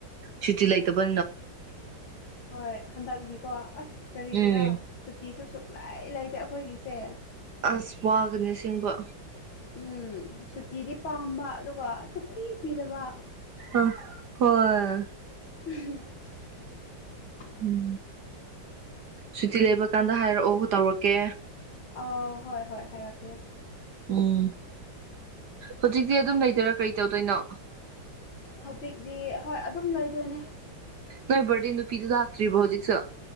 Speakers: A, on the right; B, on the left.
A: ꯁꯨꯇꯤ ꯂ ꯏꯇ ꯄ
B: ꯍꯣꯏ ꯍꯟꯗꯛꯤꯀꯣ ꯑꯁ ꯀꯔꯤꯒꯤꯔꯥ
A: ꯎꯝ
B: ꯖꯤꯁꯨ ꯁꯨꯛꯂꯩ ꯂꯩꯇꯦ ꯑꯩꯈꯣꯏꯒꯤꯁꯦ
A: ꯑꯁ ꯋꯥꯒꯅꯤꯁꯦꯡꯕ
B: ꯎꯝ ꯁꯨꯇꯤꯗꯤ ꯄꯥꯝꯕ ꯑꯗꯨꯒ ꯁꯨꯛꯄꯤ ꯄꯤꯗꯕ
A: ꯑ ꯍꯣꯏ
B: <unintelligible>
A: ꯎꯝ ꯁꯨꯇꯤ ꯂꯩꯕ ꯀꯥꯟꯗ ꯍꯥꯏꯔꯛꯑꯣ ꯇꯧꯔꯛꯀꯦ
B: ꯑꯥꯎ ꯍꯣꯏ ꯍꯣꯏ ꯍꯥꯏꯔꯛꯀꯦ
A: ꯎꯝ ꯍꯧꯖꯤꯛꯇꯤ ꯑꯗꯨꯝ ꯂꯩꯗꯣꯏꯔꯥ ꯀꯔꯤ ꯇꯧꯗꯣꯏꯅꯣ
B: ꯍꯧꯖꯤꯛꯇꯤ ꯍꯣꯏ ꯑꯗꯨꯝ ꯂꯩꯗꯣꯏꯅꯦ
A: ꯅꯣꯏ ꯕꯔꯗꯦ ꯅꯨꯄꯤꯗꯨ ꯂꯥꯛꯇ꯭ꯔꯤꯕꯣ ꯍꯧꯖꯤꯛꯁꯨ